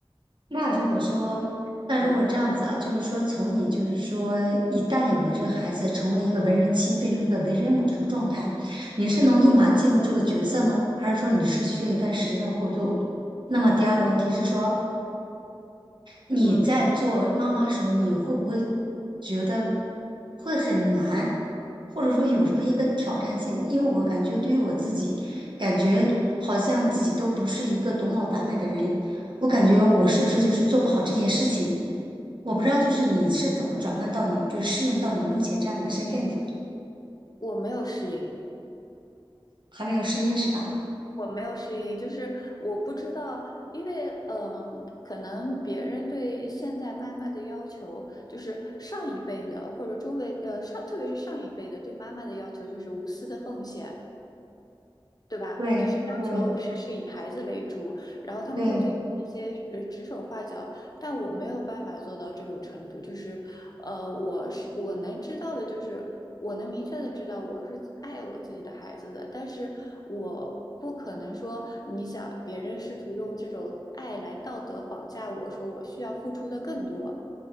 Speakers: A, on the right; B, on the left.
A: 那如果说，那如果这样子啊，
B: 嗯
A: 就是说，从你就是说，一旦有了这个孩子成为一个为人妻，变成一个为人母的这个状态，你是能立马进入这个角色呢，
B: 嗯
A: 还是说你是需要一段时间的过渡？那么第二个问题是说，你在做妈妈时候，
B: 嗯，
A: 你会不会觉得会很难，或者说有什么一个挑战性？因为我感觉对于我自己，感觉好像自己都不是一个多么完美的人，我感觉我是不是就是做不好这件事情？我不知道，就是你是怎么转换到你，就是适应到你目前这样的一个身份的，
B: 我没有适应。
A: 还没有适应是吧？
B: 我没有失忆，就是我不知道，因为嗯，可能别人对现在妈妈的要求，就是上一辈的或者周围呃上，特别是上一辈的对妈妈的要求就是无私的奉献，对吧？
A: 对对
B: 就是要求事事以孩子为主，然后他们会对这些呃指手画脚，
A: 对。
B: 但我没有办法做到这种程度。就是，呃，我是我能知道的，就是我能明确的知道我是爱我自己的孩子的，但是我不可能说你想别人试图用这种爱来道德绑架我，说我需要付出的更多。